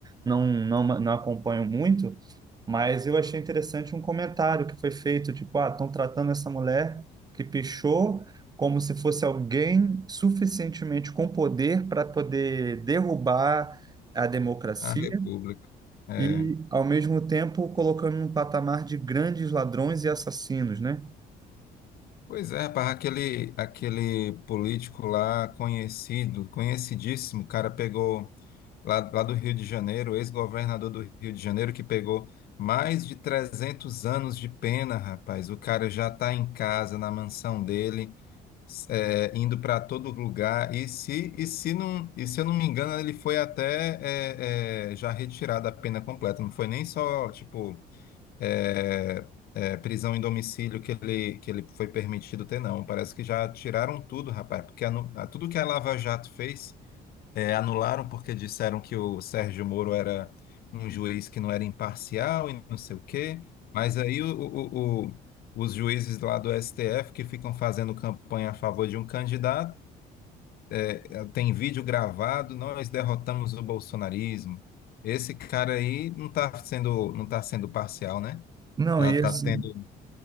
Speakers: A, on the right (about 25°); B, on the left (about 65°).
A: não, não, não acompanho muito, mas eu achei interessante um comentário que foi feito, tipo, ah, estão tratando essa mulher que pichou como se fosse alguém suficientemente com poder para poder derrubar a democracia
B: A República. É.
A: e, ao mesmo tempo, colocando num patamar de grandes ladrões e assassinos, né?
B: Pois é, rapaz, aquele, aquele político lá conhecido, conhecidíssimo, o cara pegou lá, lá do Rio de Janeiro, ex-governador do Rio de Janeiro, que pegou mais de 300 anos de pena, rapaz. O cara já está em casa, na mansão dele, s- é, indo para todo lugar. E se, e se não, e se eu não me engano, ele foi até é, é, já retirado a pena completa, não foi nem só, tipo é, é, prisão em domicílio que ele, que ele foi permitido ter, não. Parece que já tiraram tudo, rapaz, porque anu- a- tudo que a Lava Jato fez, é, anularam porque disseram que o Sérgio Moro era um juiz que não era imparcial e não sei o quê. Mas aí o- o- o- os juízes lá do STF que ficam fazendo campanha a favor de um candidato, é, é, tem vídeo gravado, nós derrotamos o bolsonarismo. Esse cara aí não está sendo, não tá sendo parcial, né?
A: Não,
B: Tá,
A: e
B: tá
A: assim,
B: tendo